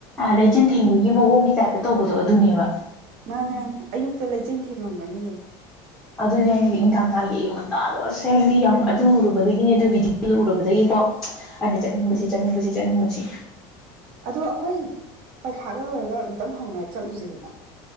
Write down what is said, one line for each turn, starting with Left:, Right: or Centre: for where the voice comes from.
Centre: ꯂꯩꯆꯤꯟ ꯊꯦꯡꯕꯒꯤ ꯃꯑꯣꯡꯒꯤ ꯇꯥꯏꯞꯇ ꯇꯧꯕꯗꯣ ꯑꯗꯨꯅꯦꯕ
Right: ꯃꯥꯅꯦ ꯃꯥꯅꯦ ꯑꯌꯨꯛꯇ ꯂꯩꯆꯤꯜ ꯊꯦꯡꯉꯝꯒꯅꯤꯌꯦ
Centre: ꯑꯗꯨꯅꯦ ꯏꯪꯊꯥꯝꯊꯥꯒꯤ ꯑꯌꯨꯛ ꯉꯟꯇꯥꯗꯣ ꯑꯁꯦ ꯍꯥꯏꯗꯤ ꯌꯥꯝ ꯑꯗꯨ ꯎꯔꯨꯕꯗꯒꯤꯅꯦ ꯑꯗꯨ ꯚꯤꯗꯤꯑꯣ ꯎꯔꯨꯕꯗꯒꯤꯀꯣ ꯑꯩꯅ ꯆꯠꯅꯤꯡꯕꯁꯤ
Right: ꯎꯝ
Centre: ꯆꯠꯅꯤꯡꯕꯁꯤ ꯆꯠꯅꯤꯡꯕꯁꯤ
Right: ꯑꯗꯣ ꯑꯩꯈꯣꯏ ꯄꯩꯈꯥꯒ ꯂꯣꯏꯔꯒ ꯑꯝꯇꯪ ꯍꯧꯅ ꯆꯠꯂꯨꯁꯤꯗꯅ